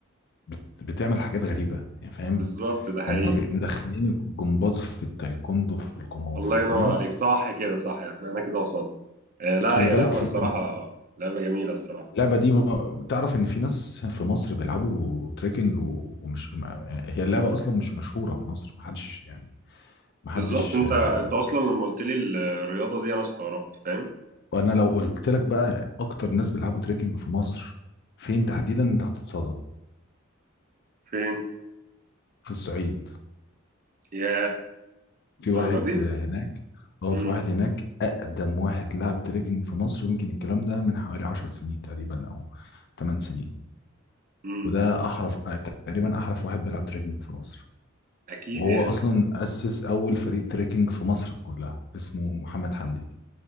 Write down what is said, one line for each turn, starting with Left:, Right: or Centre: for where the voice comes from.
Left: بت... بتعمل حاجات غريبة يعني فاهم
Right: بالظبط ده حقيقي
Left: هم بي- مدخلين الجمباز في التايكوندو في الكونغ
Right: الله
Left: فو
Right: ينور
Left: فاهم
Right: عليك صح كده صح احنا انا كده وصلت آه لا
Left: خلي
Right: هي
Left: بالك
Right: لعبه
Left: في
Right: الصراحه لعبه جميله الصراحه
Left: اللعبة دي ما- تعرف ان في ناس في مصر بيلعبوا تريكنج و- ومش ما- هي اللعبة اصلا مش مشهورة في مصر محدش يعني محدش
Right: بالظبط انت
Left: آه،
Right: انت اصلا لما قلت لي ال- الرياضه دي انا استغربت فاهم
Left: وانا لو قلت لك بقى اكتر ناس بيلعبوا تريكنج في مصر فين تحديدا انت هتتصدم
Right: فين
Left: في الصعيد
Right: يا
Left: في
Right: الدرجه
Left: واحد
Right: دي
Left: آه، هناك اه
Right: امم
Left: في واحد هناك اقدم واحد لعب تريكنج في مصر ويمكن الكلام ده من حوالي 10 سنين تقريبا او 8 سنين
Right: امم
Left: وده احرف تقريبا احرف واحد بيلعب تريكنج في مصر
Right: اكيد
Left: وهو
Right: يعني
Left: اصلا اسس اول فريق تريكنج في مصر كلها اسمه محمد حمدي